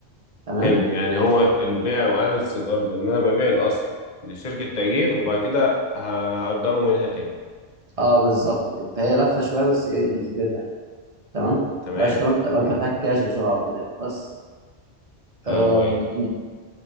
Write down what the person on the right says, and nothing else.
تمام
اه بالظبط كده فهي لفه شويه بس هي الفكره
تمام
بلاش لو انت لو
انت محتاج كاش بسرعه وكده يعني. بس
آم،
مم.